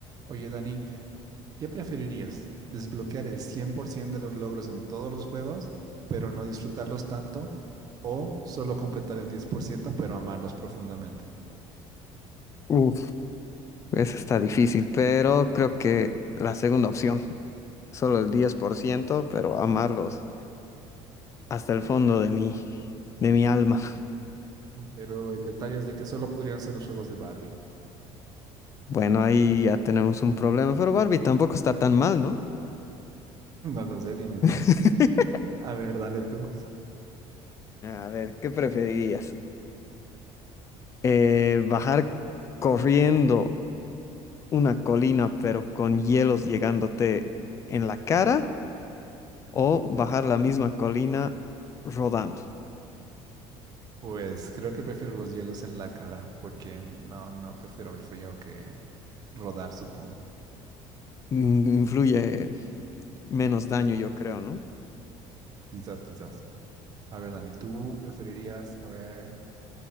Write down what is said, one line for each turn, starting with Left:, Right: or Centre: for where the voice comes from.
Right: Oye, Dani, ¿qué preferirías? ¿Desbloquear el 100% de los logros en todos los juegos, pero no disfrutarlos tanto? ¿O solo completar el 10% pero amarlos profundamente?
Left: Uf, esa está difícil, pero creo que la segunda opción, solo el 10%, pero amarlos hasta el fondo de mi, de mi alma.
Right: Pero el detalle es de que solo podrían ser los juegos de Barbie. <laughs>
Left: Bueno, ahí ya tenemos un problema, pero Barbie tampoco está tan mal, ¿no?
Right: No lo sé, dime
Left: <laughs>
Right: tú. A ver, dale tú.
Left: A ver, ¿qué preferirías? Eh, ¿bajar corriendo una colina pero con hielos llegándote en la cara o bajar la misma colina rodando?
Right: Pues creo que prefiero los hielos en la cara, porque no, no prefiero el frío que rodar, supongo.
Left: Mm, Influye menos daño, yo creo, ¿no?
Right: Quizás, quizás. A ver, Dani, ¿tú preferirías, a ver,